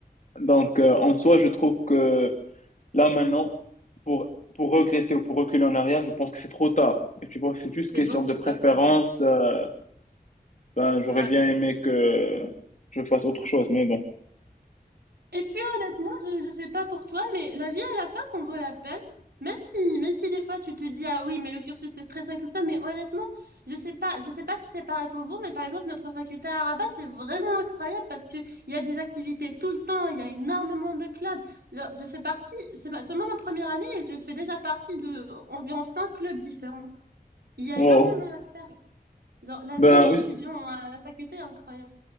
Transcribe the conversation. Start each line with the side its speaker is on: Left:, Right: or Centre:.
Left: donc euh, en soi, je trouve que là maintenant, pour pour regretter ou pour reculer en arrière, je pense que c'est trop tard. Et tu vois, c'est juste question
Right: c'est beaucoup
Left: de
Right: trop
Left: préférence.
Right: tard, ouais.
Left: euh, ben, j'aurais
Right: Ouais.
Left: bien aimé que je fasse autre chose, mais bon.
Right: Et puis honnêtement, je ne sais pas pour toi, mais la vie à la fac en vaut la peine. Même si, même si des fois tu te dis, ah oui, mais le cursus c'est stressant et tout ça, mais honnêtement, je sais pas, je sais pas si c'est pareil pour vous, mais par exemple, notre faculté à Rabat, c'est vraiment incroyable parce que il y a des activités tout le temps, il y a énormément de clubs. Genre, je fais partie, c'est ma- seulement ma première année et je fais déjà partie de environ cinq clubs différents. Il y a
Left: Wow.
Right: énormément à faire. Genre, la
Left: Ben,
Right: vie d'étudiant
Left: oui,
Right: à la faculté est incroyable.